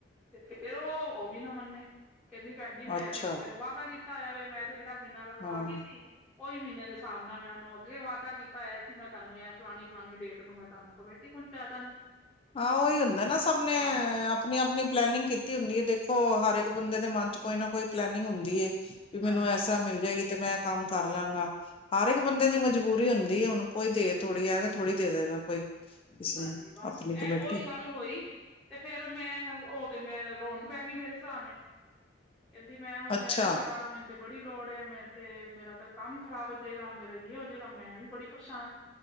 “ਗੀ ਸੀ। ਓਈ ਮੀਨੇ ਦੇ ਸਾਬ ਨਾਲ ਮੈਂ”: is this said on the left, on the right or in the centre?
Centre